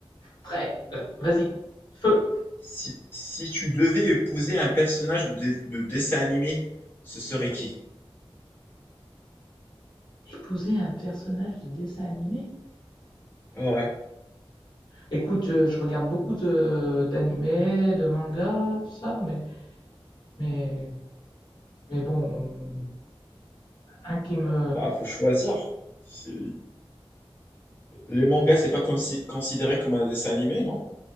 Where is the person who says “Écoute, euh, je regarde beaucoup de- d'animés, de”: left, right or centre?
Left